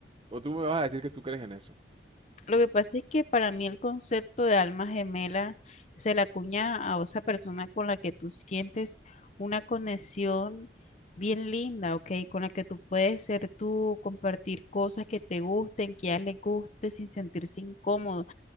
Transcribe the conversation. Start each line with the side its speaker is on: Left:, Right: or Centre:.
Right: O tú me vas a decir que tú crees en eso.
Left: Lo que pasa es que para mí el concepto de alma gemela se la acuña a esa persona con la que tú sientes una conexión bien linda, ¿ok? Con la que tú puedes ser tú, compartir cosas que te gusten, que a ella le guste sin sentirse incómodo,